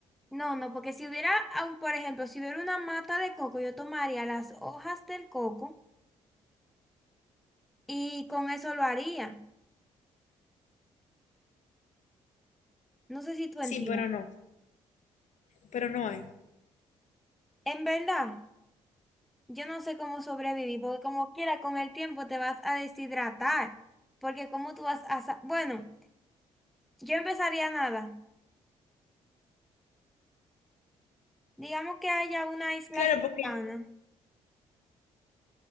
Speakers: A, in the centre; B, on the left.
A: No, no, porque si hubiera, aun, por ejemplo, si hubiera una mata de coco, yo tomaría las hojas del coco y con eso lo haría. No sé si tú
B: Sí,
A: entiendes.
B: pero no, pero no hay.
A: En verdad, yo no sé cómo sobrevivir, porque como quiera, con el tiempo te vas a deshidratar, porque cómo tú vas a... sa- Bueno, yo empezaría nada. Digamos que haya una isla
B: Claro,
A: cercana.
B: porque